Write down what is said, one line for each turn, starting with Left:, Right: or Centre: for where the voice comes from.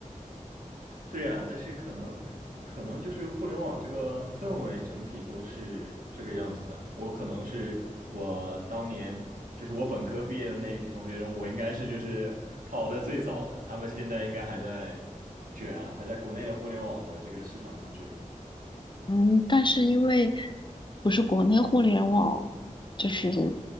Right: 对呀，但是可能，可能就是互联网这个氛围整体都是这个样子的。我可能是我当年，就是我本科毕业的那一批同学中，我应该是就是跑的最早的，他们现在应该还在卷啊，还在国内的互联网的这个市场中卷。
Left: 嗯，但是因为不是国内互联网，就是